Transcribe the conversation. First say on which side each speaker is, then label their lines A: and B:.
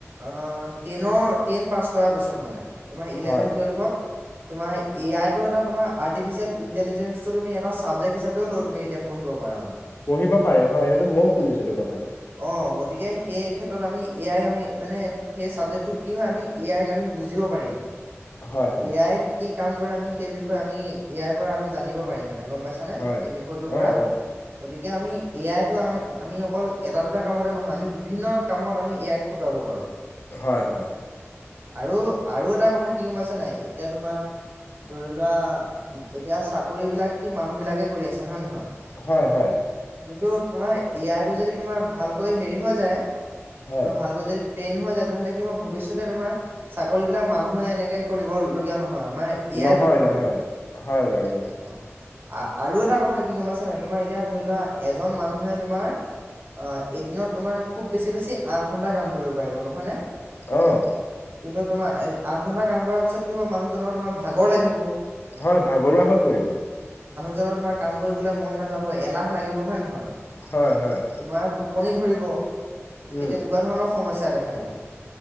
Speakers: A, on the right (about 45°); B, on the left (about 50°).
A: অহ, তেনৰ তেন পাঁচ কৰাৰ পিছত মানে তোমাৰ এলেভেন
B: হয়
A: টোৱেলভত, তোমাৰ এ- আই টো এটা তোমাৰ আৰ্টিফিচিয়েল, ইন্টেলিজেন্ট তুমি এটা চাবজেক্ট হিাপেও লই তুমি এতিয়া পঢ়িব পাৰা।
B: পঢ়িব পাৰে হয় সেইটো মইও শুনিছিলো কথাটো।
A: অ গতিকে সেই ক্ষেত্ৰত আমি এ আইক আমি মানে সেই চাবজেক্টটোত কি হয় আমি এ আইক আমি বুজিব পাৰিম।
B: হয় হয়
A: এ আাই কি কি কাম কৰে আমি সেই বিষয়ে আমি এয়াইৰ পৰা আমি জানিব পাৰিম। মানে গম পাইছানে
B: হয়
A: সেই বিষয়টোৰ পৰা।
B: অ অ
A: গতিকে আমি এ -আইটো আ আমি অকল এটা দুটা কামতে নহয় আমি বিভিন্ন কামত আমি এ- আইক খটুৱাব পাৰোঁ।
B: হয়-হয়।
A: আৰু আৰু এটা কথা কি গম পাইছা নাই, এতিয়া তোমাৰ ধৰি লোৱা। এতিয়া চাকৰি বিলাক কি মানুহ বিলাকে কৰি আছে। হয় নহয়,
B: হয় হয়।
A: কিন্তু তোমাৰ এ আই টো যদি তোমাৰ ভালকৈ হেৰি হৈ যায়, তোমাৰ
B: হয়
A: ভালকৈ যদি ট্ৰেইন হয় যায় তেনেহলে কি হ'ব, ভৱিষ্যতে তোমাৰ চাকৰি বিলাক মানুহে এনেকে কৰিবলগীয়া নহয় আও। আমাৰ এ
B: নহয়
A: আই কৰিব
B: নহয়
A: পাৰিব।
B: হয় বাৰু, বাৰু
A: অ আৰু এটা কথা কি গম পাইছা নাই। তোমাৰ এতিয়া ধৰি লোৱা এজন মানুহে তোমাৰ, অ এদিনত তোমাৰ খুব বেছি বেছি আঠ ঘন্টা কাম কৰিব পাৰিব। নহয় নে?
B: অহ।
A: কিন্তু তোমাৰ আঠ ঘণ্টা কাম কৰাৰ পিছত কি হব মানুহজনৰ তোমাৰ ভাগৰ লাগিব।
B: হয় ভাগৰুৱা হৈ পৰিব।
A: জনৰ তোমাৰ কাম কৰিবলৈ মন নাযাব, এলাহ লাগিব, হয় নহয়?
B: হয় হয়।
A: তোমাৰ টোপনি ধৰিব। সেই
B: উম
A: তেনেকুৱা ধৰণৰ সমস্যা দেখা দিব।